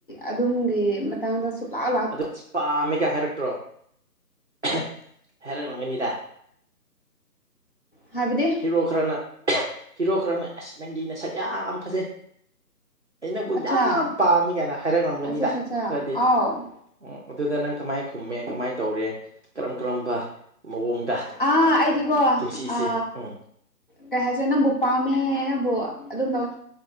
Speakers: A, on the left (about 35°); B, on the right (about 50°).
A: ꯑꯗꯨꯝꯒꯤ ꯇꯥꯡꯒ ꯁꯨꯛꯂꯥ
B: ꯑꯗꯨ ꯑꯁ ꯄꯥꯝꯃꯦꯒ ꯍꯥꯏꯔꯛꯇ꯭ꯔꯣ ꯍꯥꯏꯔꯛꯂꯝꯒꯅꯤꯗ
A: ꯍꯥꯏꯕꯗꯤ
B: ꯍꯤꯔꯣ ꯈꯔꯅ ꯍꯤꯔꯣ ꯈꯔꯅ ꯑꯁ ꯅꯪꯒꯤ ꯅꯁꯛ ꯌꯥꯝ ꯐꯖꯩ꯫ ꯑꯩꯅꯕꯨ
A: ꯑꯠꯆꯥ
B: ꯌꯥꯝ ꯄꯥꯝꯃꯤ ꯀꯥꯏꯅ ꯍꯥꯏꯔꯛꯂꯝꯒꯅꯤꯗ
A: ꯑꯠꯆꯥ ꯑꯠꯆꯥ ꯑꯠꯆꯥ
B: ꯈꯔꯗꯤ
A: ꯑꯥꯎ
B: ꯑꯣ ꯑꯗꯨꯗ ꯅꯪ ꯀꯃꯥꯏ ꯈꯨꯝꯃꯦ ꯀꯃꯥꯏꯅ ꯇꯧꯔꯦ ꯀꯔꯝ ꯀꯔꯝꯕ ꯃꯑꯣꯡꯗ
A: ꯑꯥ ꯑꯩꯗꯤꯀꯣ
B: ꯄꯨꯟꯁꯤꯁꯦ
A: ꯑ
B: ꯎꯝ
A: ꯀꯩꯥ ꯍꯥꯥꯏꯁꯦꯅ ꯕꯨꯄꯥꯝ ꯑꯗꯨꯝ ꯇꯧꯌꯦ